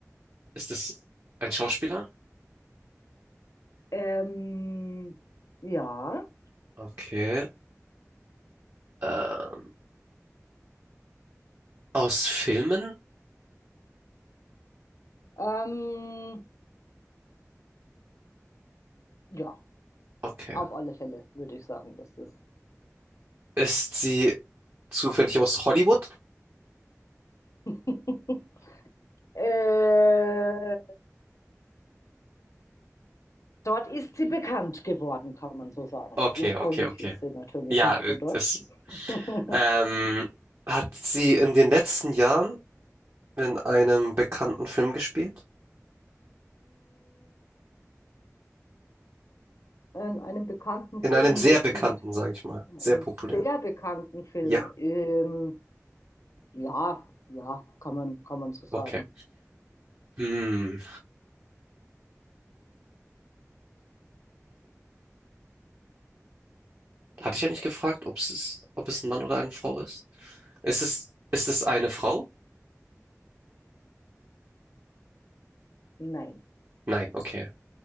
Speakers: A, on the right; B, on the left.
A: ist es ein Schauspieler?
B: Ähm, ja.
A: Okay. Ähm, aus Filmen?
B: Ähm, ja.
A: Okay.
B: Auf alle Fälle würde ich sagen, dass das.
A: Ist sie zufällig aus Hollywood?
B: <laughs> Äh, dort ist sie bekannt geworden, kann man so sagen.
A: Okay,
B: Ursprünglich
A: okay, okay.
B: ist sie natürlich
A: Ja,
B: nicht
A: äh,
B: von dort.
A: es,
B: <laughs>
A: ähm, hat sie in den letzten Jahren in einem bekannten Film gespielt?
B: In einem bekannten
A: In
B: Film
A: einem sehr
B: gespielt.
A: bekannten, sage ich mal.
B: In
A: Sehr
B: einem
A: populären.
B: sehr bekannten Film.
A: Ja,
B: Ähm, ja, ja, kann man, kann man so sagen.
A: okay. Hm. Hatte ich ja nicht gefragt, ob es, ob es ein Mann oder eine Frau ist? Ist es, ist es eine Frau?
B: Nein.
A: Nein, okay.